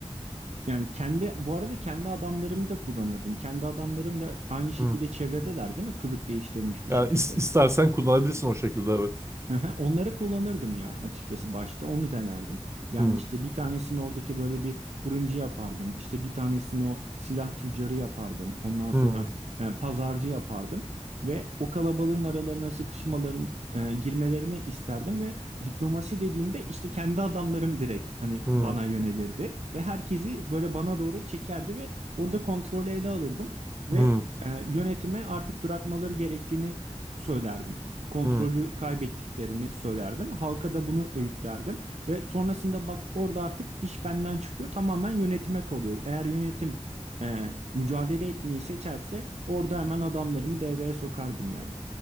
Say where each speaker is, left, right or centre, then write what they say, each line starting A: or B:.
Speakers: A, on the right; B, on the right.
A: yani kendi bu arada kendi adamlarımı da kullanırdım. Kendi adamlarım da aynı şekilde
B: Hı.
A: çevredeler değil mi? Kılık değiştirmiş bir
B: Yani
A: şekilde.
B: is- istersen kullanabilirsin o şekilde evet.
A: Hı hı, Onları kullanırdım ya açıkçası başta onu denerdim. Yani
B: Hı.
A: işte bir tanesini oradaki böyle bir fırıncı yapardım. İşte bir tanesini o silah tüccarı yapardım. Ondan
B: Hı.
A: sonra e, pazarcı yapardım. Ve o kalabalığın aralarına sıkışmaların e, girmelerini isterdim ve diplomasi dediğimde işte kendi adamlarım direkt hani
B: Hı.
A: bana yönelirdi. Ve herkesi böyle bana doğru çekerdi ve orada kontrolü ele alırdım. Ve
B: Hı.
A: e, yönetime artık bırakmaları gerektiğini söylerdim kontrolü
B: Hı.
A: kaybettiklerini söylerdim. Halka da bunu öğütlerdim ve sonrasında bak orada artık iş benden çıkıyor tamamen yönetime kalıyor. Eğer yönetim e, mücadele etmeyi seçerse orada hemen adamlarımı devreye sokardım yani.